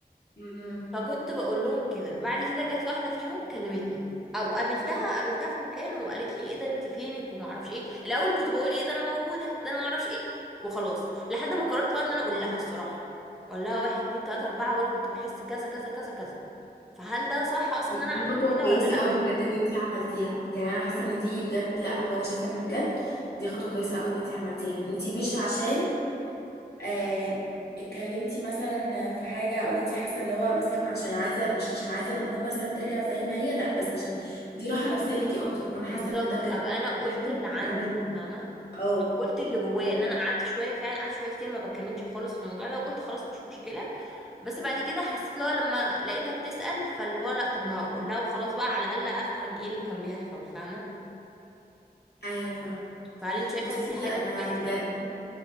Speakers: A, on the left; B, in the centre.
A: مم.
B: فكنت بقول لهم كده بعد كده جت واحده فيهم كلمتني او قابلتها قابلتها في مكان وقالت لي ايه ده انت فينك وما اعرفش ايه الاول كنت بقول ايه ده انا موجوده ده انا ما اعرفش ايه وخلاص لحد ما قررت بقى ان انا اقول لها الصراحه اقول لها واحد اتنين تلاته اربعه وانا كنت بحس كذا كذا كذا كذا فهل ده صح اصلا
A: دي
B: ان انا عملت
A: خطوة
B: كده
A: كويسة
B: ولا لا
A: قوي بجد ان انتي عملتيها يعني انا حاسة ان دي بجد لا هو انا شايفة ان بجد دي خطوة كويسة قوي ان انتي عملتيها ان انتي مش عشان آه اتكلمتي مثلا في حاجة او انتي حاسة ان هو مثلا عشان عايزة مش عشان عايزة الامور مثلا ترجع زي ما هي لا بس عشان دي راحة نفسية ليكي اكتر وانا حاسة
B: بالظبط
A: ان ده بجد
B: ابقى انا قلت
A: دي حاجة
B: اللي
A: كويسة
B: عندي
A: قوي
B: فاهمه
A: اه
B: قلت اللي جوايا ان انا قعدت شويه فعلا قعدت شويه كتير ما بتكلمش خالص في الموضوع ده وقلت خلاص مش مشكله بس بعد كده حسيت اللي هو لما لقيتها بتسأل فاللي هو لا طب ما اقول لها وخلاص بقى على الأقل افهم ايه اللي كان بيحصل فاهمة
A: ايوه فاهمة
B: فهل انت شايفة
A: بصي
B: ان دي حاجة
A: انا
B: كويسة؟
A: بجد